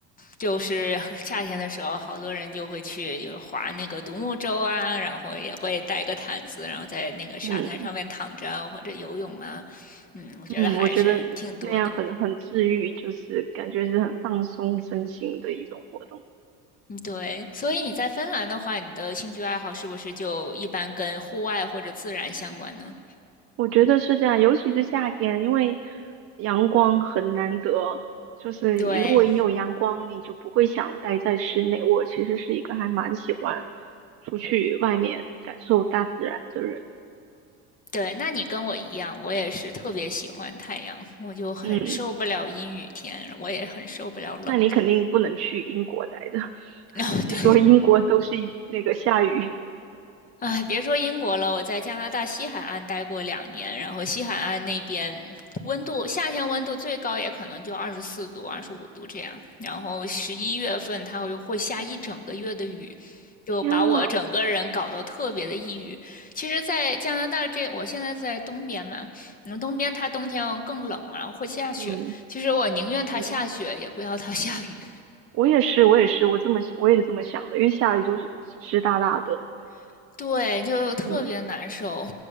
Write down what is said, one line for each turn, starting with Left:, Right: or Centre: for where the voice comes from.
Left: 就是夏天的时候，好多人就会去就划那个独木舟啊，然后也会带个毯子，然后在那个沙滩上面躺着啊或者游泳啊。
Right: 嗯
Left: 嗯，我觉得还是挺多的。
Right: 嗯，我觉得那样很很治愈，就是感觉是很放松身心的一种活动。
Left: 嗯，对。所以你在芬兰的话，你的兴趣爱好是不是就一般跟户外或者自然相关呢？
Right: 我觉得是这样，尤其是夏天，因为阳光很难得，就是如果你有阳光，
Left: 对。
Right: 你就不会想待在室内。我其实是一个还蛮喜欢出去外面感受大自然的人。
Left: 对，那你跟我一样，我也是特别喜欢太阳，我就很受不了阴雨天，
Right: 嗯，
Left: 我也很受不了冷。
Right: 那你肯定不能去英国待着，
Left: <laughs>
Right: <laughs>
Left: 然后对，
Right: 据说英国都是那个下雨。
Left: 哎，别说英国了，我在加拿大西海岸待过两年，然后西海岸那边温度，夏天温度最高也可能就二十四度、二十五度这样，然后十一月份它会会下一整个月的雨，就把我整个人搞得特别的抑郁。
Right: 天呐，
Left: 其实，在加拿大这，我现在在东边嘛，嗯，东边它冬天更冷，然后会下雪。
Right: 嗯
Left: 其实我宁愿它下雪，
Right: 嗯。
Left: 也不要它下雨。
Right: 我也是，我也是，我这么我也是这么想的，因为下雨就是湿哒哒的。
Left: <laughs> 对，就特别难受。
Right: 嗯，